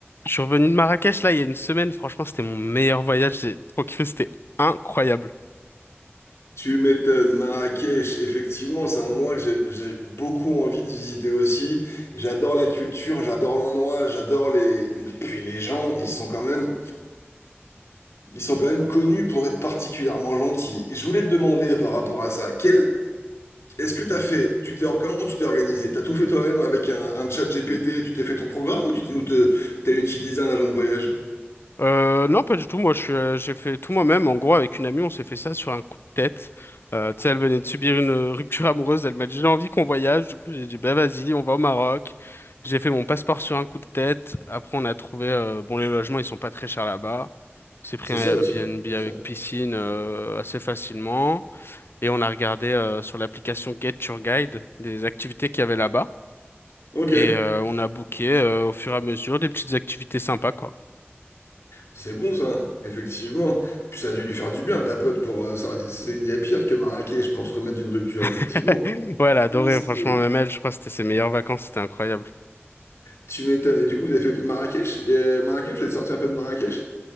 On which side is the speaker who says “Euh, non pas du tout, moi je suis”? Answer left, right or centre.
Left